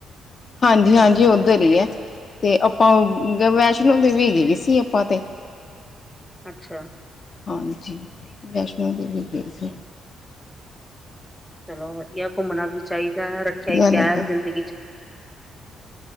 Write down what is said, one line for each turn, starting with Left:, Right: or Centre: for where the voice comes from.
Left: ਹਾਂਜੀ, ਹਾਂਜੀ ਉੱਧਰ ਹੀ ਹੈ ਤੇ ਆਪਾਂ ਵੈਸ਼ਨੋ ਦੇਵੀ ਗ ਸੀ ਆਪਾਂ ਤੇ।
Centre: ਅੱਛਾ।
Left: ਹਾਂਜੀ ਵੈਸ਼ਨੋ ਦੇਵੀ ਗਏ ਸੀ।
Centre: ਚਲੋ ਵਧੀਆ ਘੁੰਮਣਾ ਵੀ ਚਾਹੀਦਾ ਹੈ ਰੱਖਿਆ
Left: ਵਧੀਆ
Centre: ਇ ਕਯਾ
Left: ਲੱਗਾ।
Centre: ਹੈ ਜ਼ਿੰਦਗੀ ਚ।